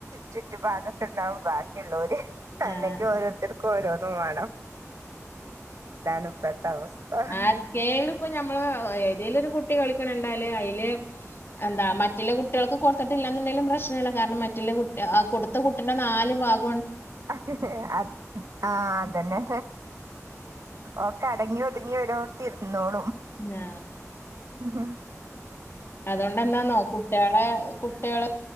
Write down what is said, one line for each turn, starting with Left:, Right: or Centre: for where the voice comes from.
Right: ചുറ്റു ഭാഗത്തുണ്ടാവും ബാക്കിയുള്ളവര്
Left: ആഹ്
Right: അല്ലെങ്കിൽ ഓരോരുത്തർക്കും ഓരോന്ന് വേണം എന്താണ് ഇപ്പത്തെ അവസ്ഥ
Left: ആർക്കേലും ഇപ്പൊ ഞമ്മള് ഏതേലുംരു കുട്ടി കളിക്കണണ്ടാല് അയില് എന്താ മറ്റുള്ള കുട്ടികൾക്ക് കൊടുത്തിട്ട്ല്ലന്നുണ്ടെിലും പ്രശ്നമല്ല കാരണം മറ്റ കുട്ട കൊടുത്ത കുട്ടിന്റെ നാല് ഭാഗ
Right: അ ആഹ അതെന്നെ ഓക്കെ അടങ്ങി ഒതുങ്ങി വരോർത്തിരുന്നോളും
Left: ആ
Right: ആ
Left: അതുകൊണ്ട് എന്താന്നോ കുട്ടികളെ കുട്ടികളെ